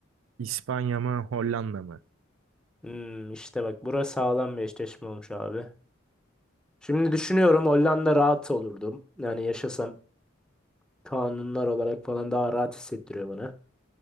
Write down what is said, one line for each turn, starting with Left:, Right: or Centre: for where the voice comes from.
Right: İspanya mı Hollanda mı?
Centre: Hmm, işte bak burası sağlam bir eşleşme olmuş abi. Şimdi düşünüyorum Hollanda rahat olurdum. Yani yaşasam kanunlar olarak falan daha rahat hissettiriyor bana.